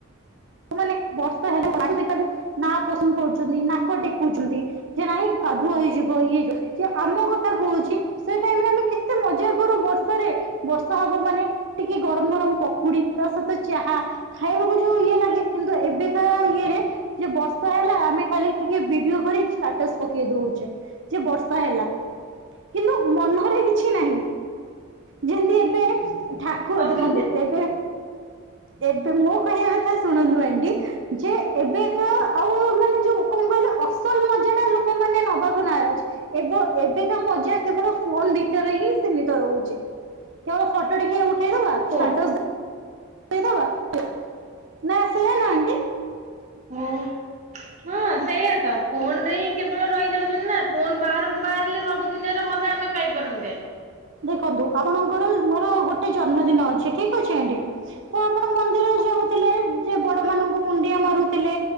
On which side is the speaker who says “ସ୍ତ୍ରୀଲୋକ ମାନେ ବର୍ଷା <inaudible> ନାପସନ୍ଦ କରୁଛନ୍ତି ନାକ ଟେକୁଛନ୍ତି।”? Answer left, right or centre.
Right